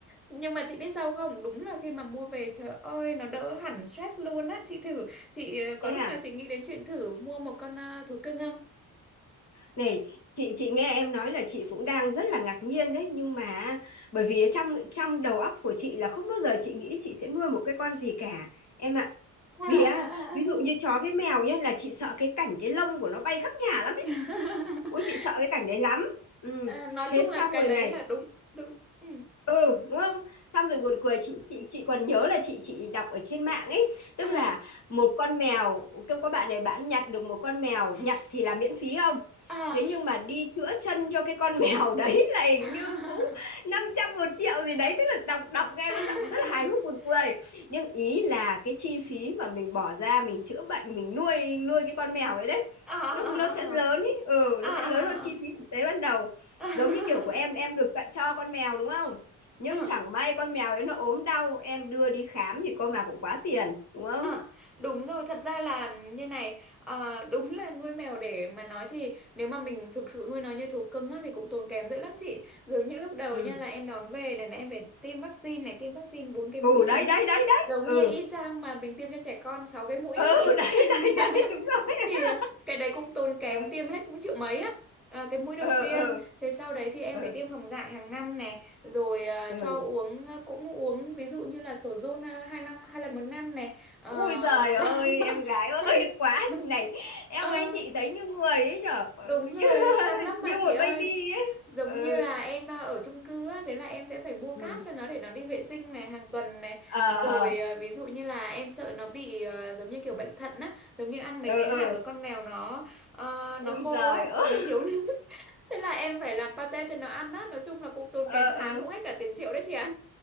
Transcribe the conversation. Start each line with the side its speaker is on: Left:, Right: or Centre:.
Centre: Nhưng mà chị biết sao không? Đúng là khi mà mua về trời ơi nó đỡ hẳn stress luôn á. Chị thử, chị ờ, có
Left: Thế à?
Centre: lúc nào chị nghĩ đến chuyện thử mua một con ờ, thú cưng không?
Left: Này, chị chị nghe em nói là chị cũng đang rất là ngạc nhiên đấy nhưng mà bởi vì trong trong đầu óc của chị là không bao giờ chị nghĩ chị sẽ nuôi một cái con gì cả em ạ.
Centre: À, à,
Left: Vì á, ví
Centre: à,
Left: dụ như
Centre: à.
Left: chó với mèo nhá là chị sợ cái cảnh cái lông của nó bay khắp nhà lắm ấy.
Centre: <laughs>
Left: Ôi chị sợ cái cảnh đấy lắm. Ừ.
Centre: À, nói
Left: Thế
Centre: chung là
Left: xong
Centre: cái
Left: rồi
Centre: đấy
Left: này
Centre: là đúng, đúng. Ừ.
Left: ừ đúng không xong rồi buồn cười chị chị chị còn nhớ là chị chị đọc ở trên mạng ấy tức
Centre: À
Left: là một con mèo kêu có bạn này bạn nhặt được một con mèo nhặt thì là miễn phí không
Centre: à
Left: thế nhưng mà đi chữa chân cho cái con <laughs> mèo đấy là hình
Centre: à
Left: như cũng 500 một triệu gì đấy tức là đọc đọc nghe
Centre: <laughs>
Left: nó giọng rất là hài hước buồn cười nhưng ý là cái chi phí mà mình bỏ ra mình chữa bệnh mình nuôi nuôi cái con mèo ấy đấy
Centre: à à
Left: nó nó sẽ lớn
Centre: à
Left: ấy ừ
Centre: à
Left: nó
Centre: à
Left: sẽ lớn
Centre: à
Left: hơn chi
Centre: à
Left: phí
Centre: <laughs>
Left: thực tế ban đầu
Centre: à à à
Left: giống như kiểu của
Centre: à à
Left: em em được tặng cho con mèo đúng không nhưng
Centre: à
Left: chẳng
Centre: à
Left: may con mèo ấy nó ốm đau em đưa đi khám thì cô mà cũng quá tiền đúng không
Centre: À, đúng rồi, thật ra là như này, ờ, đúng là nuôi mèo để mà nói thì nếu mà mình thực sự nuôi nó như thú cưng á, thì cũng tốn kém dữ lắm chị. Giống như lúc đầu
Left: ừ
Centre: nha là em đón về này, là em phải tiêm vaccine này, tiêm vaccine bốn cái
Left: ừ
Centre: mũi chính.
Left: đấy đấy đấy đấy
Centre: Giống
Left: ừ
Centre: như y chang mà mình tiêm cho trẻ con sáu cái mũi
Left: ừ
Centre: á
Left: <laughs>
Centre: chị.
Left: đấy
Centre: <laughs>
Left: đấy đấy đúng rồi <laughs>
Centre: thì cái đấy cũng tốn kém
Left: ừ
Centre: tiêm hết cũng triệu mấy á à, cái mũi đầu
Left: ừ
Centre: tiên
Left: ừ
Centre: thế sau đấy thì em
Left: ừ
Centre: phải tiêm phòng dại hàng năm này rồi ờ,
Left: ừ
Centre: cho uống ờ, cũng uống ví dụ như là sổ giôn ờ, hai năm hai lần một năm này Ờ,
Left: ui giời ơi
Centre: đó
Left: em gái ơi
Centre: <laughs>
Left: quá này em
Centre: Ờ,
Left: ơi chị thấy như người ấy nhở Ừ,
Centre: Đúng rồi,
Left: như, <laughs>
Centre: chăm lắm
Left: như
Centre: mà
Left: một
Centre: chị ơi.
Left: baby ấy
Centre: Giống
Left: ừ
Centre: như là em à, ở chung cư á, thế là em sẽ phải mua
Left: ừ
Centre: cát cho nó để nó đi vệ sinh này hàng tuần này.
Left: ờ
Centre: Rồi
Left: ờ
Centre: à, ví dụ như là em sợ nó bị à, giống như kiểu bệnh thận á, giống như ăn mấy
Left: ờ
Centre: cái
Left: ờ
Centre: hạt của con mèo nó ờ, nó
Left: ui
Centre: khô
Left: giời
Centre: á,
Left: ơi
Centre: nó thiếu nước. <laughs> Thế là em phải làm pate cho nó ăn á, nói chung là cũng tốn
Left: ờ
Centre: kém
Left: ờ
Centre: tháng cũng hết cả tiền triệu đấy chị ạ.